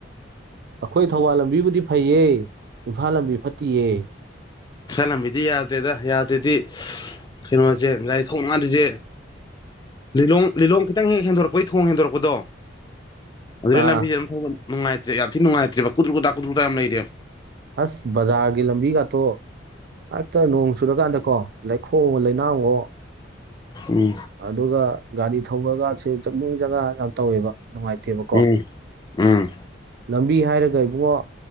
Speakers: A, on the right; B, on the left.
A: ꯑꯩꯈꯣꯏ ꯊꯧꯕꯥꯜ ꯂꯝꯕꯤꯕꯨꯗꯤ ꯐꯩꯌꯦ ꯏꯝꯐꯥꯜ ꯂꯝꯕꯤ ꯐꯠꯇꯤꯌꯦ
B: ꯏꯜ ꯂꯝꯕꯤꯗꯤ ꯌꯥꯗꯦꯗ ꯌꯥꯗ꯭ꯔꯦꯗꯤ ꯀꯩꯅꯣꯁꯦ ꯒꯥꯔꯤ ꯊꯧꯅꯉꯥꯟꯜꯂꯤꯁꯦ ꯂꯤꯂꯣꯡ ꯂꯤꯂꯣꯡ ꯈꯤꯇꯪ ꯍꯦꯛ ꯍꯦꯟꯗꯣꯔꯛꯄꯩ ꯊꯣꯡ ꯍꯦꯟꯗꯣꯔꯛꯄꯗꯣ ꯑꯗꯨꯗꯅ
A: ꯑꯥ
B: ꯂꯝꯕꯤꯁꯦꯝ ꯊꯧꯕ ꯉꯇ꯭ꯔꯦ ꯌꯥꯝ ꯊꯤ ꯅꯨꯡꯉꯥꯏꯇ꯭ꯔꯦ ꯀꯨ꯭ꯔꯨꯀꯇꯥ ꯀꯨ꯭ꯔꯨꯛꯇ ꯌꯥꯝ ꯂꯩꯦꯕ
A: ꯑꯁ ꯕꯖꯥꯒꯤ ꯂꯝꯕꯤ ꯀ ꯊꯣ ꯍꯦꯛꯇ ꯅꯣꯡ ꯆꯨꯔꯀꯥꯟꯗꯀꯣ ꯂꯩꯈꯣ ꯂꯩꯅꯥꯡꯒꯣ
B: ꯃꯤ
A: ꯑꯗꯨꯒ ꯒꯥꯔꯤ ꯊꯧꯕꯒꯁꯦ ꯆꯠꯅꯤꯡ ꯖꯒꯥ ꯌꯥꯝ ꯇꯧꯋꯦꯕ ꯅꯨꯡꯉꯥꯏꯇꯦꯕꯀꯣ
B: ꯎꯝ ꯎꯝ
A: ꯂꯝꯕꯤ ꯍꯥꯏꯔꯒ ꯏꯕꯨꯡꯉꯣ